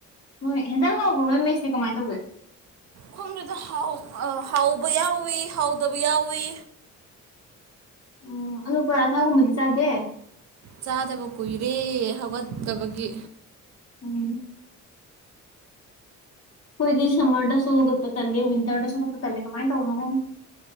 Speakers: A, on the left; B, on the right.
A: ꯃꯣꯏ ꯍꯦꯟꯖꯥꯡ ꯍꯥꯎꯕ꯭ꯔꯣ ꯅꯣꯏ ꯃꯦꯁꯇ ꯀꯃꯥꯏꯅ ꯇꯧꯒꯦ
B: ꯈꯣꯡꯗꯨꯗ ꯍꯥꯎꯕ ꯌꯥꯎꯋꯤ ꯍꯥꯎꯗꯕ ꯌꯥꯎꯋꯤ
A: ꯎꯝ ꯑꯂꯨ ꯄꯔꯥ ꯊꯥꯒꯨꯝꯕꯗꯤ ꯆꯥꯗꯦ
B: ꯆꯥꯗꯕ ꯀꯨꯏꯔꯦ ꯍꯧꯒꯠꯇꯕꯒꯤ
A: ꯎꯝ ꯑꯩꯈꯣꯏꯗꯤ ꯁꯝꯃꯔꯗꯁꯨꯒꯠꯄ ꯇꯂꯦ ꯋꯤꯟꯇꯔꯗꯁꯨꯒꯠꯄ ꯇꯂꯦ ꯀꯃꯥꯏꯅ ꯇꯧꯕꯅꯣ ꯈꯣ